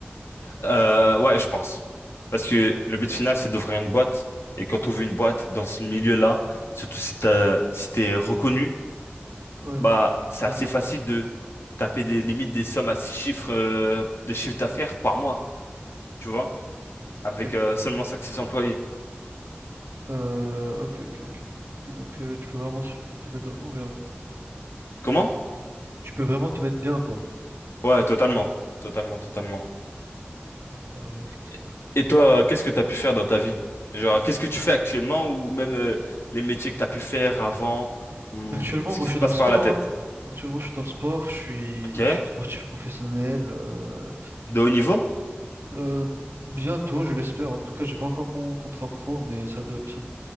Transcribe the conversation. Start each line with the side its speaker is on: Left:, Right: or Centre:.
Left: Euh, ouais, je pense. Parce que le but final, c'est d'ouvrir une boîte. Et quand tu ouvres une boîte dans ce milieu-là, surtout si t'as, si t'es reconnu,
Right: Ouais,
Left: bah, c'est assez
Right: je veux bien.
Left: facile de taper des limites des sommes à six chiffres euh, de chiffre d'affaires par mois, tu vois, avec
Right: Ok,
Left: euh, seulement cinq six employés.
Right: Euh, ok, ok, ok. Ok, donc euh, tu peux vraiment su- te mettre oh, bien, quoi.
Left: Comment?
Right: Tu peux vraiment te mettre bien, quoi.
Left: Ouais, totalement, totalement, totalement.
Right: Bah, qu'est-ce
Left: Et
Right: que...
Left: et toi, euh, qu'est-ce que tu as pu faire dans ta vie? Genre, qu'est-ce que tu fais actuellement ou même euh, les métiers que tu as pu faire avant ou
Right: Actuellement,
Left: ce
Right: moi,
Left: qui
Right: je
Left: se
Right: suis
Left: passe
Right: dans le sport,
Left: par la tête?
Right: hein. Actuellement, je suis dans le sport. Je suis,
Left: Ok.
Right: je suis sportif professionnel. euh,
Left: De haut niveau?
Right: euh, bientôt, je l'espère. En tout cas, j'ai pas encore mon contrat pro, mais ça, de- ça,